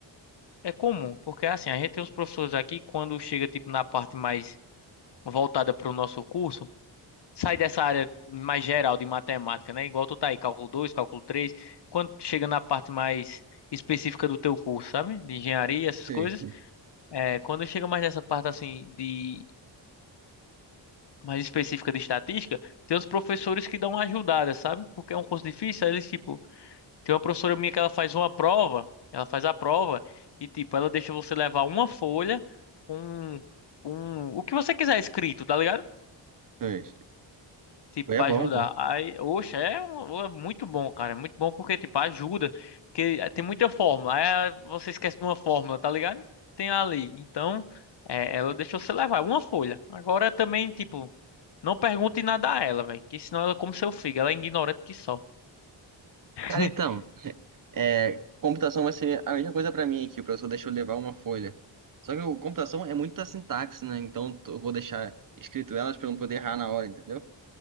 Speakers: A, on the left; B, on the right.
A: é comum, porque assim, a gente tem uns professores aqui, quando chega tipo na parte mais voltada para o nosso curso, sai dessa área mais geral de matemática, né? Igual tu tá aí, cálculo 2, cálculo 3. quando chega na parte mais específica do teu curso, sabe? De engenharia, essas
B: Sei,
A: coisas.
B: sei,
A: É, quando chega mais nessa parte assim de mais específica de estatística, tem os professores que dão uma ajudada, sabe? Porque é um curso difícil, aí eles tipo, tem uma professora minha que ela faz uma prova, ela faz a prova e tipo, ela deixa você levar uma folha com um, o que você quiser escrito, tá ligado?
B: sei. sei.
A: tipo,
B: Foi
A: pra
B: é bom,
A: ajudar.
B: pô.
A: Aí, oxe, é, um- é muito bom, cara. É muito bom porque, tipo, ajuda. Que tem muita forma. Aí ah, você esquece de uma fórmula, tá ligado? Tem ali. Então, é, ela deixou você levar. Uma folha. Agora também, tipo, não pergunte nada a ela, velho. Que senão ela come seu fígado. Ela é ignorante que só. <laughs>
B: Cara, então, é, computação vai ser a mesma coisa para mim aqui. O professor deixou eu levar uma folha. Só que o computação é muita sintaxe, né? Então eu vou deixar escrito elas para não poder errar na hora, entendeu?